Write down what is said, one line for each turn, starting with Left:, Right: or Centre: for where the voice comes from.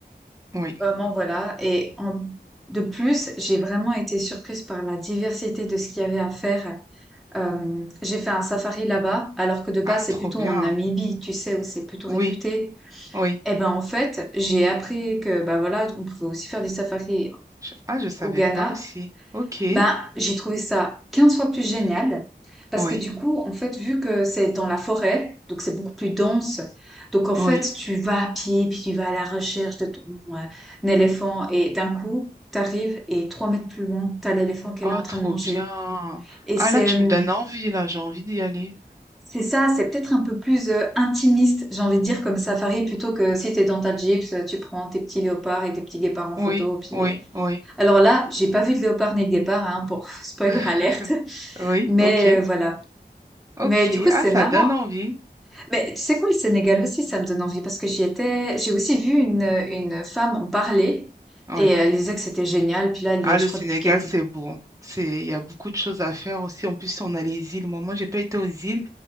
Right: oui.
Centre: vraiment, voilà. Et en- de plus, j'ai vraiment été surprise par la diversité de ce qu'il y avait à faire. Euh, j'ai fait un safari là-bas, alors que de base,
Right: Ah, trop
Centre: c'est plutôt
Right: bien.
Centre: en Namibie, tu sais, où c'est plutôt
Right: Oui,
Centre: réputé.
Right: oui.
Centre: Et ben, en fait, j'ai appris que, bah voilà, on pouvait aussi faire des safaris
Right: Je- Ah, je savais
Centre: au Ghana.
Right: pas aussi. Ok,
Centre: Ben, j'ai trouvé ça 15 fois plus génial parce
Right: oui,
Centre: que du coup, en fait, vu que c'est dans la forêt, donc c'est beaucoup plus dense. Donc en fait,
Right: oui.
Centre: tu vas à pied, puis tu vas à la recherche de ton euh, un éléphant et d'un coup, t'arrives et trois mètres plus loin, t'as l'éléphant qu'elle
Right: Ah,
Centre: est en train
Right: trop
Centre: de manger.
Right: bien.
Centre: Et
Right: Ah
Centre: c'est
Right: là, tu
Centre: hum,
Right: me donnes envie là, j'ai envie d'y aller.
Centre: c'est ça, c'est peut-être un peu plus euh, intimiste, j'ai envie de dire, comme safari, plutôt que si t'es dans ta Jeep, tu prends tes petits léopards et tes petits guépards en photo.
Right: Oui,
Centre: Puis
Right: oui,
Centre: euh.
Right: oui.
Centre: alors là, j'ai pas vu de léopard ni de guépard, hein, pour <laughs> spoiler
Right: <laughs>
Centre: alerte.
Right: Oui,
Centre: Mais
Right: ok,
Centre: euh, voilà. Mais
Right: ok.
Centre: du coup,
Right: Ah,
Centre: c'est
Right: ça
Centre: marrant.
Right: donne envie.
Centre: Mais tu sais quoi, le Sénégal aussi, ça me donne envie parce que j'y étais, j'ai aussi vu une, une femme en parler
Right: Oui.
Centre: et euh, elle disait que c'était génial. Puis là, elle
Right: Ah,
Centre: y est, je
Right: le
Centre: crois,
Right: Sénégal,
Centre: depuis quelques
Right: c'est beau. C'est, il y a beaucoup de choses à faire aussi. En plus, on a les îles. Moi, moi, j'ai pas été aux îles,